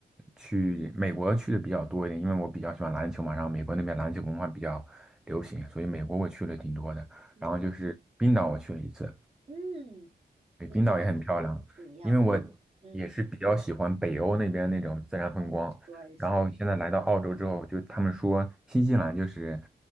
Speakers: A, in the centre; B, on the right.
A: 去美国去的比较多一点，因为我比较喜欢篮球嘛，然后美国那边篮球文化比较流行，所以美国我去了挺多的。
B: 嗯
A: 然后就是冰岛，我去了一次，
B: 嗯，
A: 对，
B: 你觉得
A: 冰岛也很漂亮，
B: 怎么样？
A: 因为我
B: 嗯，
A: 也是比较喜欢北欧那边那种自然风光。
B: 我也是，我也是，
A: 然后现在来到澳洲之后，就他们说新西兰就是，